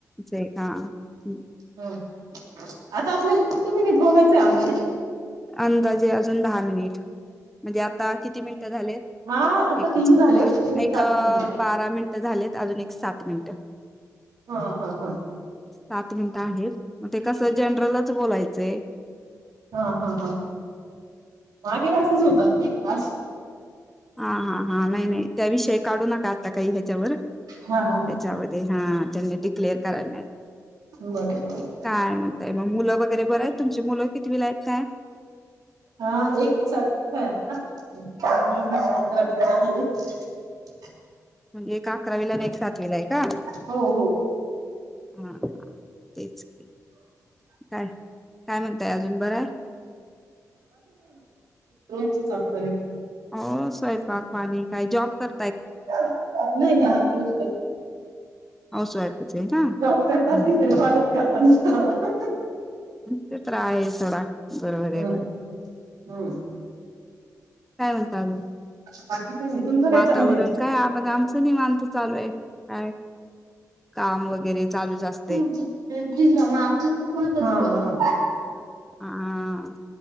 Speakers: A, in the centre; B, on the right (about 85°).
A: ते का हम
B: हो आता आपल्याला किती मिनिट बोलायचंय अंदाजे?
A: अंदाजे अजून दहा मिनिट म्हणजे आता किती मिनिटं झालेत
B: हा आता
A: एकच
B: तीन
A: मिनिट
B: झाले
A: हां
B: म्हणजे
A: एक
B: सात मिनिट
A: बारा मिनिटं झालेत अजून एक सात मिनिटं
B: हा हा हा
A: सात मिनिटं आहेत म ते कसं जनरलच बोलायचंय
B: हां हां हां मागे असच होतं एक तास
A: हां हां हां नाही नाही त्याविषयी काढू नका आता काही ह्याच्यावर त्याच्यामध्ये
B: हा हा हा
A: हा त्यांनी ते क्लियर करायला नाई
B: बरं चालेल
A: काय म्हणताय मग मुलं वगैरे बरं आहेत तुमची मूल कितवीला आहेत काय?
B: हा एक सात आहे आता <unintelligible>
A: मग एक अकरावीेला आणि एक सातवीला हाय का
B: हो हो
A: हा तेच काय काय म्हणताय अजून बराय?
B: तस चाप प्यारे
A: अहो स्वयंपाक पाणी काय जॉब कर
B: नाही नाही हाऊस वाइफ
A: हाऊस वाईफच आहे ना.
B: जॉब करत
A: हं.
B: असती तर कॉलच करता नसता आला
A: ते तर आहे सोडा बरोबर
B: हम्म,
A: आहे बरोबर
B: हम्म.
A: काय म्हणता अजून
B: बाकी काही नाही तुमचं काय
A: वातावरण
B: चाललंय?
A: काय बघा आमचं निवांत चालू आहे काय काम वगैरे चालूच असते
B: ह आमच खूप महत्वाच हा हा.
A: आ आ आ